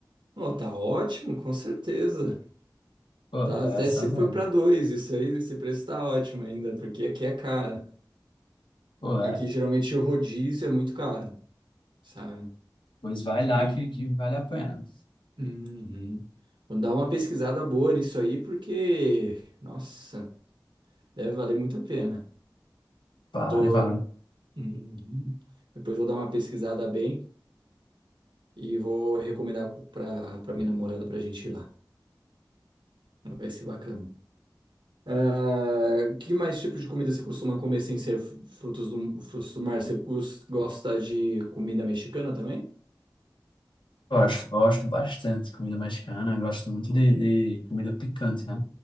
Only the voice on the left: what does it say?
Pô,
é
essa
é mesmo.
Pô, é.
Pois vai lá
que, que vale a pena.
Vale,
vale.
Gosto, gosto bastante de comida mexicana, gosto muito de, de comida picante, né?